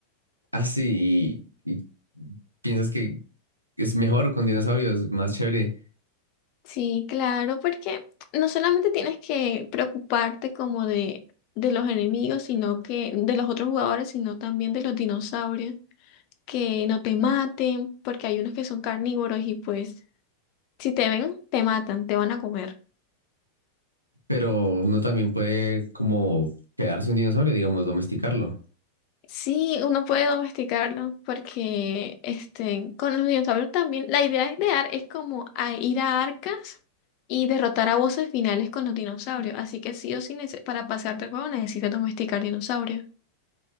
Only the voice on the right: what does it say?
Ah, sí, y, y piensas que es mejor con dinosaurios, más chévere,
pero uno también puede como quedarse un dinosaurio, digamos, domesticarlo.